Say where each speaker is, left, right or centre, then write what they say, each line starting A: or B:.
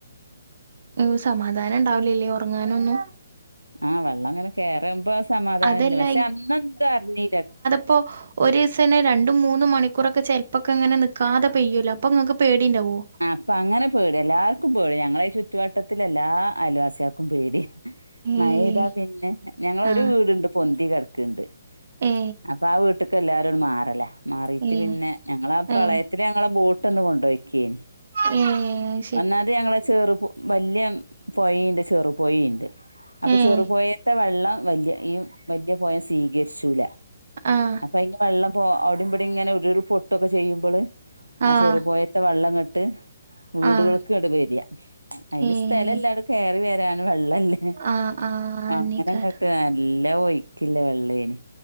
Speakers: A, on the right (about 50°); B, on the right (about 85°).
A: ഉ സമാധാനം ഉണ്ടാവലില്ലേ ഉറങ്ങാനൊന്നും
B: ആഹ് വെള്ളം അങ്ങനെ കേറുമ്പോ സമാധാന
A: അതല്ല
B: ഇല്ല പക്ഷെ അന്നെന്തോ അറിഞ്ഞീല
A: ഇപ്പോ ഒരിസനെ രണ്ടും മൂന്നും മണിക്കൂറൊക്കെ ചിലപ്പൊക്കെങ്ങനെ നിക്കാതെ പെയ്യല്ലോ അപ്പൊ നിങ്ങൾക്ക് പേടിണ്ടാവോ
B: അപ്പൊ അങ്ങനെ പേടി എല്ലാർക്കും പേടി ഞങ്ങളെ ഈ ചുറ്റുവട്ടത്തില എല്ലാ അയൽവാസിക്കും പേടിയാ മയ
A: ഏ
B: പെയ്താ പിന്നെ ഞങ്ങളൊരു
A: ആ
B: വീടുണ്ട് പൊന്തി കിടക്ക്ണ്ട്
A: ഏ
B: അപ്പൊ ആ വീട്ട്ക്ക് എല്ലാരും മാറലാ മാറിട്ട്
A: ഏ
B: പിന്നെ ഞങ്ങളാ ആ പ്രളയത്തി
A: ഏ
B: ല്ല ഞങ്ങളെ ബോട്ട്ന്ന് കൊണ്ടോയിക്കേനി
A: ഉം
B: ഒന്നാത് ഞങ്ങളെ ചെറുപ വലിയ പോയേണ്ട് ചെറുപൊയേണ്ട് അപ്പൊ
A: ഏ
B: ചെറു പൊയേത്തെ വെള്ളം വലിയ ഈ വല്യ പൊയ സ്വീകരിച്ചൂല
A: ആഹ്
B: അപ്പ ഇനി വെള്ളം പോ അവിടെ ഇവടി ഇങ്ങനെ ഉരുൾ പൊട്ടുക്കെ ചെയുമ്പള് ആ
A: ആഹ്
B: ചെറു പൊയത്തെ വെള്ളം ഇങ്ങട് വീടുകൾക്ക്
A: ആഹ്
B: ഇങ്ങട് വാര്യ അയ്ന്
A: ഏഹ്
B: സ്ഥലല്ല എല്ലാം കെറി വരാൻ വെള്ളല്ല
A: ആഹ് ആഹ് അന്നേക്കാരം
B: അങ്ങനെ ഇങ്ങട്ട് നല്ല ഒയ്ക്കില്ല വെള്ളേന്